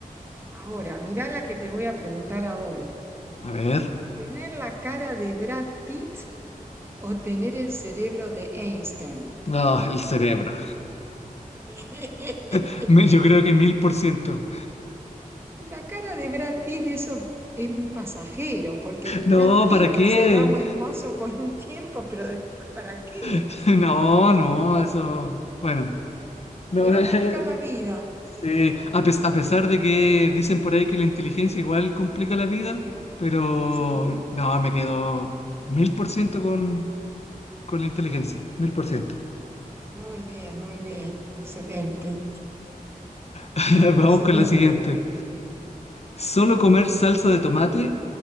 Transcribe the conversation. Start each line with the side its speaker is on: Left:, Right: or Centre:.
Right: Ahora, mirá la que te voy a preguntar ahora.
Left: A ver.
Right: ¿Tener la cara de Brad Pitt o tener el cerebro de Einstein.
Left: Ah, el cerebro.
Right: <laughs>
Left: <laughs> Me- Yo creo que mil por ciento.
Right: Y la cara de Brad Pitt, eso es muy pasajero, porque
Left: No,
Right: Brad Pitt
Left: ¿para qué?
Right: será buen mozo por un tiempo, pero después, ¿para qué?
Left: <laughs> No, no, eso, bueno, No,
Right: Te va a complicar la vida.
Left: <laughs> sí, a, pes- a pesar de que dicen por ahí que la inteligencia igual complica la vida, pero
Right: Sí,
Left: no, me quedo mil por ciento
Right: sí.
Left: con, con la inteligencia, mil por ciento.
Right: Muy bien, muy bien. Excelente,
Left: <laughs> Vamos
Right: excelente.
Left: con la siguiente. ¿Solo comer salsa de tomate